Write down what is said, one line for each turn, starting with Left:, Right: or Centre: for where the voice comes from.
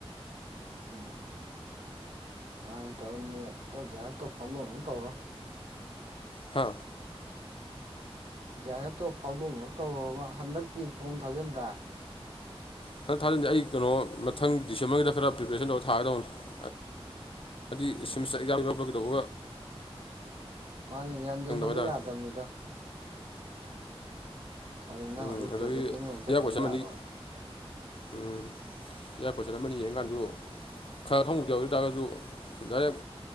Right: ꯎꯝ ꯁꯨꯃꯥꯏꯅ ꯇꯧꯔ ꯅꯦꯇꯣ ꯖꯦ ꯑꯥꯔ ꯑꯦꯐ ꯇꯣ ꯐꯥꯎ ꯗꯣꯛꯅꯕ ꯇꯧꯔꯣ
Left: ꯍꯥ
Right: ꯖꯤ ꯑꯥꯔ ꯑꯦꯐꯇꯣ ꯐꯥꯎꯗꯣꯛꯅꯕ ꯇꯧꯔꯣꯕ ꯍꯟꯗꯛꯀꯤ ꯐꯣꯝ ꯊꯥꯖꯤꯟꯗꯥꯏ
Left: ꯍꯟꯗꯛ ꯊꯥꯖꯟꯗꯤ ꯑꯩ ꯀꯩꯅꯣ ꯃꯊꯪ ꯗꯤꯁꯦꯝꯕ꯭ꯔꯒꯤꯗ ꯈꯥꯔ ꯄ꯭ꯔꯤꯄꯦꯔꯦꯁꯟ ꯇꯧꯔ ꯊꯥꯒꯦ ꯗꯧꯕꯅꯤ ꯍꯥꯏꯗꯤ
Right: ꯎꯝ
Left: ꯁꯤꯝꯁꯇ꯭ꯔ ꯑꯦꯛꯖꯥꯝ ꯌꯥꯎ ꯀꯩꯗꯧꯕꯒ
Right: ꯃꯥꯟꯅꯦ ꯌꯥꯟꯖꯤꯟꯅꯕ
Left: ꯍꯥꯏꯇꯥꯔꯦ
Right: ꯌꯥꯗꯕꯅꯤꯗ ꯀꯔꯤ ꯅꯪ
Left: ꯎꯝ
Right: ꯍꯧꯖꯤꯛ
Left: ꯑꯗꯒꯤ
Right: ꯄ꯭ꯔꯣꯖꯦꯛꯀꯤꯅꯤ ꯑꯃꯨꯛ ꯆꯠꯇꯕ
Left: ꯏꯌꯥ ꯀꯣꯏꯁꯟ
Right: ꯌꯥꯔꯣꯏ
Left: ꯑꯃꯅꯤ ꯎꯝ ꯏꯌ꯭ꯔ ꯀꯣꯏꯁꯟ ꯑꯃꯅꯤ ꯌꯦꯡꯀꯥꯟꯗꯁꯨ ꯈꯥꯔ ꯈꯥꯔ ꯈꯪꯕꯨꯗꯤꯌꯥꯎꯏ ꯗꯨ ꯇꯥꯔꯒꯁꯨ ꯗꯥꯏꯔꯦꯛ